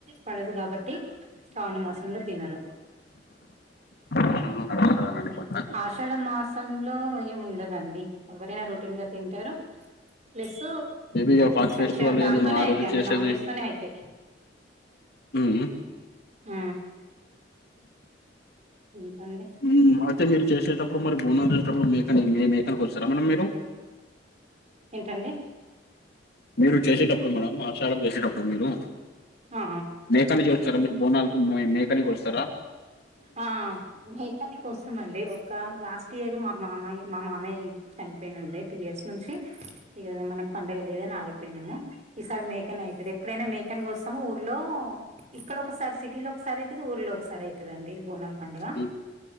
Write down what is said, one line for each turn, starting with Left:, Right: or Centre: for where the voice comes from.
Right: పడదు కాబట్టి శ్రావణ మాసంలో తినరు
Left: ఆషాఢంలో నడుస్తదనండి మొత్తానికి
Right: ఆషాఢ మాసంలో ఏముండదు దండి ఎవరైనా రొటీన్ గా తింటారు ప్లస్
Left: మేబీ ఇక ఫస్ట్
Right: మంచిగా
Left: ఫెస్టివల్
Right: దాం
Left: ఏదైనా
Right: తోనే
Left: ఆ
Right: అవుతాయి
Left: రోజు
Right: అన్ని
Left: చేసేది
Right: నాన్ వెజ్తోనే అవుతాయి
Left: ఊ ఊ
Right: ఆ ఇంకా అండి
Left: ఊ అంటే మీరు చేసేటప్పుడు మరి బోనం చేసెటప్పుడు మేకని మే మేకని కోస్తరా మేడం మరి మీరు
Right: ఏంటండి
Left: మీరు చేసేటప్పుడు మేడం ఆషాడం చేసేటప్పుడు మీరు
Right: ఆ
Left: మేకాని చేస్తరా మీరు బోనాలకు మేకనీ కోస్తరా
Right: ఆ మేకని కోసమండి ఒక లాస్ట్ ఇయర్ మా మామయ్య మా మామయ్య ఇట్ చనిపోయినుండి టూ ఇయర్స్ నుంచి ఇగ అది మనకి పండుగ లేదని ఆగిపోయినాము ఈసారి మేకనయితే దెప్ ఇప్పుడైనా మేకన్ కోస్తాము ఊర్లో ఇక్కడ ఒకసారి సిటీలో ఒకసారి అయితుది ఊర్లో ఒకసారి అయి దండి ఇది బోనల్ పండుగ
Left: మ్మ్